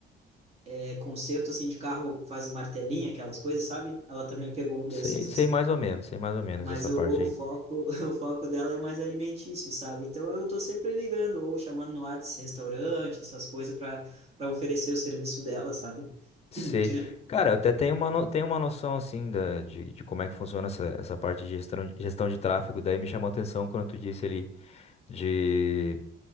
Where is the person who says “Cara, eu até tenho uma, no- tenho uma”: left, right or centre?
Left